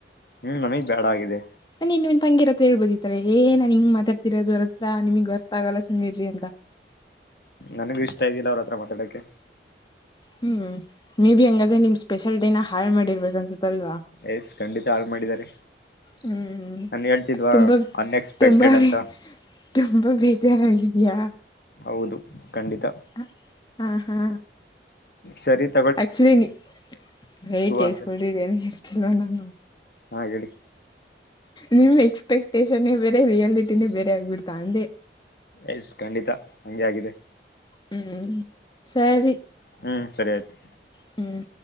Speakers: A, on the left; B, on the left.
A: ಹ್ಮ್ ನಮಿಗ್ ಬ್ಯಾಡ ಆಗಿದೆ
B: ನಿ ನೀನ್ ನಿಮ್ಮ ತಂಗಿರತ್ರ ಹೇಳ್ಬೋದಿತ್ತಲ್ ಏ ನೋನ್ ಹಿಂಗ ಮಾತಾಡ್ತಿರೋದು ಅವ್ರ ಹತ್ರ ನಿಮಗ್ ಗೊತ್ತಾಗಲ್ಲ ಸುಮ್ಮನಿರಿ ಅಂತ
A: ನನಗು ಇಷ್ಟ ಇದ್ದಿಲ್ಲ ಅವ್ರ ಹತ್ರ ಮಾತಾಡಕ್ಕೆ
B: ಹ್ಮ್ ಮೇ ಬಿ ಹಂಗಾದ್ರೆ
A: ಹ್ಮ್
B: ನಿಮ್ ಸ್ಪೆಷಾಲಿಟಿ ಹಾಳ್ ಮಾಡಿರ್ಬೇಕ ಅನ್ಸುತ್ತಲ್ವಾ
A: ಎಸ್ ಖಂಡಿತ ಹಾಳ ಮಾಡಿದ್ದಾರೆ
B: ಹ್ಮ್
A: ನಾನ್ ಹೇಳ್ತಿದ್ವಾ
B: ತುಂಬಾ
A: ಅನ್ಎಕ್ಸ್ಪೆಕ್ಟೆಡ್
B: ತುಂಬಾ
A: ಅಂತ
B: ತುಂಬಾ ಬೇಜಾರಾಗಿದ್ಯಾ
A: ಹೌದು ಖಂಡಿತ
B: ಹ ಹಾ ಹಾ
A: ಶರೀಫ್
B: ಆಕ್ಚುಲಿ ನೀ ಹೇ ಕೇಳಸ್ಕೊಲ್ಲಿ
A: ಅಂತ
B: ಏನೋ ಹೇಳ್ತಿಲ್ಲವ ನಾನು
A: ಹಾ ಹೇಳಿ
B: ನಿಮ್ ಎಕ್ಸ್ಪೆಕ್ಟೇಷನೇ ಬೇರೆ ರಿಯಾಲಿಟಿನೇ ಬೇರೆ ಆಗ್ಬಿಡ್ತಾ ಅಂದೆ
A: ಎಸ್ ಖಂಡಿತಾ ಹಂಗೆ ಆಗಿದೆ
B: ಹ್ಮ್ ಸರಿ
A: ಹ್ಮ್ ಸರಿ ಆಯ್ತು
B: ಹ್ಮ್